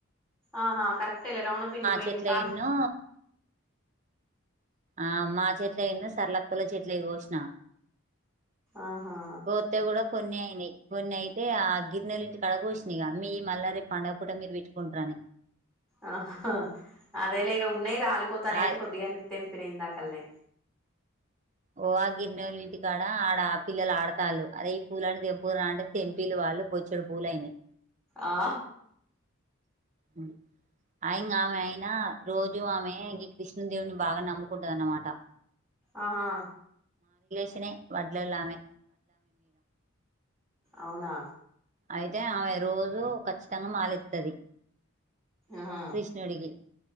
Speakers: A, in the centre; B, on the right (about 35°).
A: ఆహా కరెక్టేలే రవణ పిన్ని పోయింది
B: చెట్లయిన్ను
A: కా
B: ఆ మా చెట్ల ఏమొ సర్లక్కోల చెట్లయి కోసిన
A: ఆహా
B: పోతే కూడా కొన్ని అయినయి కొన్ని అయితే ఆ గిర్నోలింటి కాడ కోసిన ఇగా మీయి మళ్ల రేపు పండగ పూట మీరు పెట్టుకుంటురని
A: ఆహ అదేలె ఇగ ఉన్నాయి రాలిపోతాన్నయి
B: ఆ
A: అని కొద్దిగని తెంపిన ఇందా కల్నే
B: ఓ ఆ గిర్న్నెలు ఇంటికాడ ఆడ ఆ పిల్లలు ఆడతాళ్ళు అరె ఈ పూల అన్ని తెంపుదురా అంటే తెంపిలు బొచ్చడు పూలయినయి
A: ఆ
B: ఉమ్ ఆ ఇంగా ఆమె అయినా రోజు ఆమె ఇ కృష్ణుదేవుని బాగా నమ్ముకుంటందనమాట
A: ఆహా
B: నే వడ్లోలామే
A: అవునా
B: అయితే ఆమె రోజూ ఖచ్చితంగా మాలెత్తది
A: ఆహా
B: కృష్ణుడికి